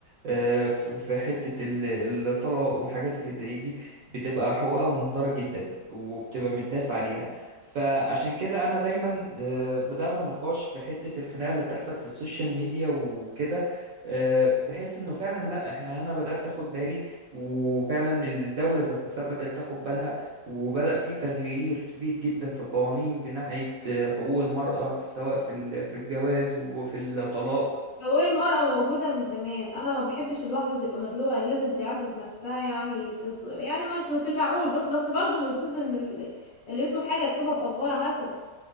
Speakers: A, on the right (about 65°); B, on the left (about 60°).
A: آه، في في حتة ال- الطلاق والحاجات اللي زي دي بتبقى حقوقها مهدرة جدا وبتبقى متداس عليها فعشان كده انا دايما آه، بدأنا النقاش في حتة الخناقة اللي بتحصل في السوشيال ميديا وكده آه، بحس انه فعلا لا احنا انا بدأت اخد بالي وفعلا الدولة ذات نفسها بدأت تاخد بالها وبدأ في تغيير كبير جدا في قوانين بناحية آه، حقوق المرأة في سواء في ال- في الجواز وفي الطلاق
B: هو المرأة موجودة من زمان أنا ما بحبش الواحدة تبقى مدلوقة لازم تعزز نفسها يعني تطلب يعني مثلا في المعقول بس بس برضه مش ضد إن ال- اللي يطلب حاجة يطلبها بأفورة مثلا